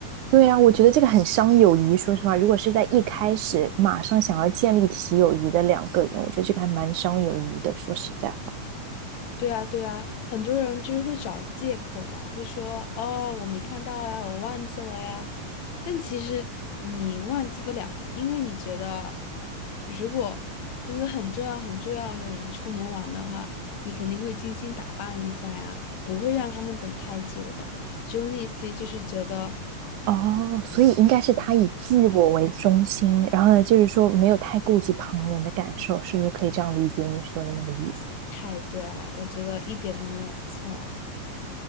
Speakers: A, on the right; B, on the left.
A: 对啊，我觉得这个很伤友谊。说实话，如果是在一开始马上想要建立起友谊的两个人，我觉得这个还蛮伤友谊的。说实在话，
B: 对啊，对啊，很多人就是会找借口嘛，会说哦，我没看到呀，我忘记了呀。但其实你忘记不了，因为你觉得，如果跟个很重要、很重要的人出门玩的话，你肯定会精心打扮一下呀，不会让他们等太久的。只有那些就是觉得
A: 哦，所以应该是他以自我为中心，然后呢，就是说没有太顾及旁人的感受，是不是可以这样理解你说的那个意思？
B: 太对了，我觉得一点都没有错。